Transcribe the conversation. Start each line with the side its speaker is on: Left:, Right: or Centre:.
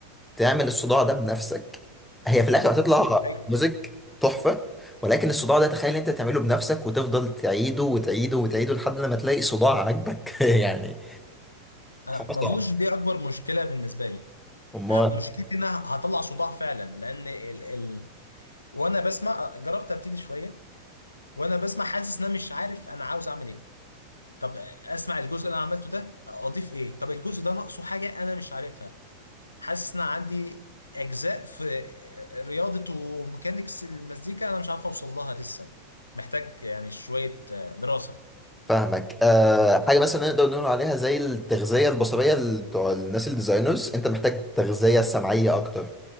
Centre: تعمل الصداع ده بنفسك هي في الاخر هتطلع
Left: أيوة.
Centre: ميوزك تحفة ولكن الصداع ده تخيل انت تعمله بنفسك وتفضل تعيده وتعيده وتعيده لحد لما تلاقي صداع عاجبك <laughs> يعني
Left: انا
Centre: حوار
Left: ما اظنش
Centre: صعب
Left: دي اكبر مشكلة بالنسبة لي
Centre: امال
Left: آه، مشكلتي ان انا هطلع صداع فعلا لان ال... ال... وانا بسمع جربت ابتدي شوية وانا بسمع حاسس ان انا مش عارف انا عاوز اعمل ايه طب اسمع الجزء اللي انا عملته ده اضيف ايه طب الجزء ده ناقصه حاجه انا مش عارفها حاسس ان عندي اجزاء في رياضه وميكانيكس المزيكا انا مش عارف اوصل لها لسه محتاج يعني شويه دراسه
Centre: فاهمك أه حاجه مثلا نقدر نقول عليها زي التغذيه البصريه ال- بتوع الناس الديزاينرز انت محتاج تغذيه سمعيه اكتر